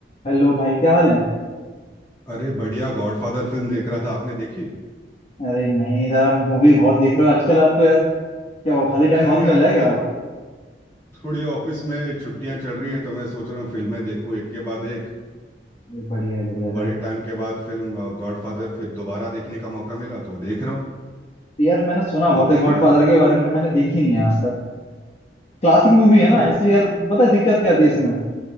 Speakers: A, on the left; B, on the left.
A: Hello भाई क्या हाल है
B: अरे बढ़िया Godfather film देख रहा था आपने देखी
A: अरे नहीं सर आप मूवी बहुत देख रहे हो आजकल आप तो यार क्या हुआ खाली टाइम बहुत
B: अरे
A: मिल
B: आजकल
A: रहा है क्या
B: थोड़ी थोड़ी ऑफिस में छुट्टियां चल रही हैं तो मैं सोच रहा हूँ फिल्में देखूं एक के बाद एक
A: अरे, बढ़िया है बढ़िया सर
B: बड़े टाइम के बाद फिल्म गॉडफादर फिर दोबारा देखने का मौका मिला तो देख रहा हूँ
A: तो यार मैंने सुना बहुत
B: आपने
A: है गॉडफादर
B: नहीं देखी
A: के बारे में मैंने देखी नहीं है आज तक क्लासिक मूवी है
B: अरे
A: ना इसलिए यार पता है दिक्कत क्या आती है इसमें